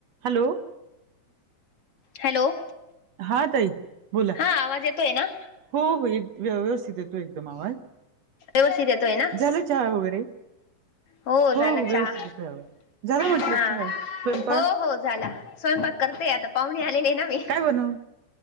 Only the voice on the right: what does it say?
Hello.
हा ताई बोला
हो हो एक व्यवस्थित. एकदम आवाज
झाला चहा वगैरे.
<unintelligible>
काय बनवून